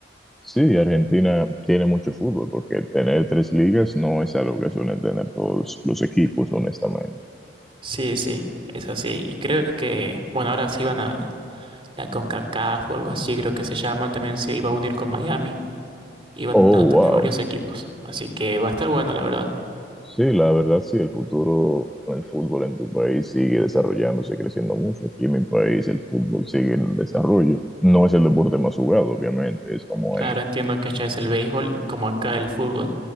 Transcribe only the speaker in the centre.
Sí, Argentina tiene mucho fútbol porque tener tres ligas no es algo que suelen tener todos los equipos, honestamente.
Oh,
wow.
Sí, la verdad sí, el futuro con el fútbol en tu país sigue desarrollándose, creciendo mucho. Aquí en mi país el fútbol sigue en desarrollo. No es el deporte más jugado, obviamente, es como
el